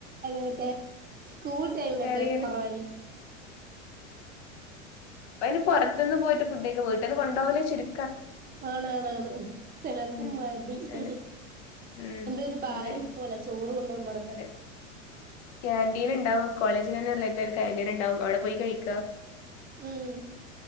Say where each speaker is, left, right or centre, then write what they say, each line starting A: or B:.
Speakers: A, on the right; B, on the left.
A: അങ്ങനെയൊക്കെ സ്കൂൾ ടൈമിലൊക്കെ
B: ഷെയർ ചെയ്യല്
A: കൊറവല്ലേ
B: പ്പയ്ന് പുറത്തുന്ന് പോയി ഫുഡേക്ക് വീട്ടിന്ന് കൊണ്ടോകലു ചുരു
A: ആണാണാണ് എല്ലാർക്കും
B: ഉം
A: മടി ഹി
B: അതെ
A: ഹി
B: ഉം
A: എന്തോരു ഭാരം
B: അതെ
A: പോലെ ചോറ് കൊണ്ടാകല്
B: അതെ കാൻ്റീല് ഇണ്ടാവും കോളേജിലെന്നെ റിലേറ്റിടായ കെൻ്റിനി ണ്ടാവും അവിടെ പോയി കഴിക്ക
A: ഉം